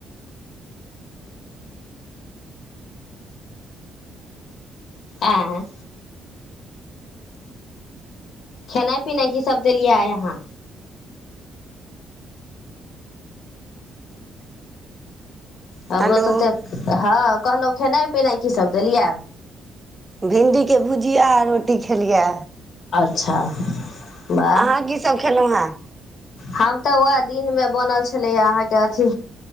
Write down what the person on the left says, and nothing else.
आँए खेनाइ पीनाइ की सब देलियै आइ आहां हमरो
तऽ तऽ हँ कहलहुँ खेनाइ पिनाइ की सब देलिया
अच्छा वाह
हम तऽ उएह दिनमे बनल छलैए अहाँके अथी